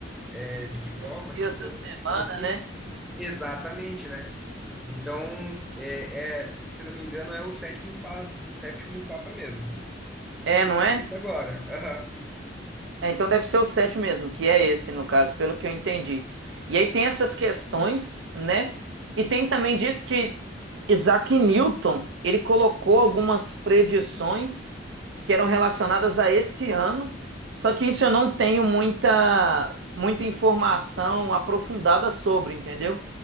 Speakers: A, in the centre; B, on the right (about 70°).
A: É, de que forma,
B: Sete
A: assim,
B: dias
A: como,
B: da semana,
A: porque
B: né?
A: exatamente, né? Então, é, é, se não me engano, é o sétimo papa, sétimo papa mesmo, que
B: É,
A: seria
B: não é?
A: esse agora. Aham.
B: É, então deve ser o 7 mesmo, que é esse no caso, pelo que eu entendi. E aí tem essas questões, né? E tem também diz que Isaac Newton, ele colocou algumas predições que eram relacionadas a esse ano, só que isso eu não tenho muita muita informação aprofundada sobre, entendeu?